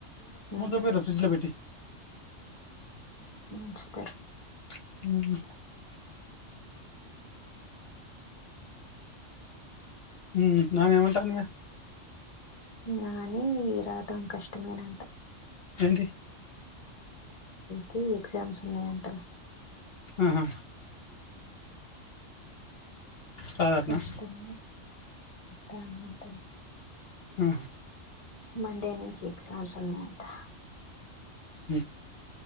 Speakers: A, on the left (about 30°); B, on the left (about 50°).
A: ఉమ్
B: <unintelligible> ఫ్రిజలో పెట్టి
A: మంచిుస్తారు
B: హ హ నానేమంటానిగ
A: నాని రావటం కష్టమేనంట
B: ఏంటి
A: క ఎగ్జామ్స్ ఉన్నాయంట
B: ఆహా
A: ఆ
B: రాదటనా
A: కష్టం రానంటడి
B: ఆ
A: మండే నుంచి ఎగ్జామ్స్ ఉన్నాయంటా
B: ఆ